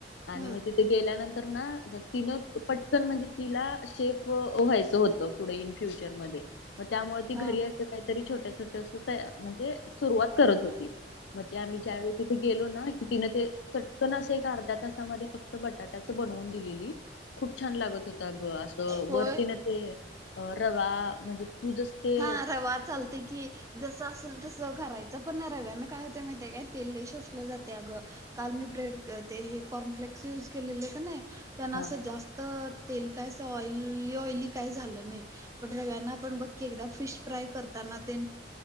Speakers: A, on the left; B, on the right.
A: आणि
B: हम्म
A: मग <inaudible> ते गेल्यानंतर ना तिनं पटकन म्हणजे तिला शेफ व व्हायचं होतं. पुढ इन फ्युचरमध्ये <inaudible> त्यामुळ ती घरी
B: हा
A: असं काय तरी छोट छोट अस तयार म्हणजे सुरुवात करत होती. मग ते आम्ही ज्यावेळी तिथ गेलो ना की तिनं ते चटकन असं एक अर्ध्या तासामध्ये फक्त बटाट्याच बनवून दिलेली. खूप छान लागत होता ग असं
B: होय
A: वरत <inaudible> ने <inaudible> ते रवा म्हणजे तू जस. ते
B: हा <inaudible> वार चालतय की जसं असेल तसं घरायचं पण ना रव्याना काय होत माहितेय काय तेल शोषलं जाते अगं. काल मी ब्रेड ते कॉर्नफ्लेक्स यूज केलेले का नाय त्यांना
A: हा
B: असं जास् तअ तेल काय असं ऑइलइ ऑइली काय झालं नाय पण्यांना आपण बघ. केकदा फिश फ्राय करताना ते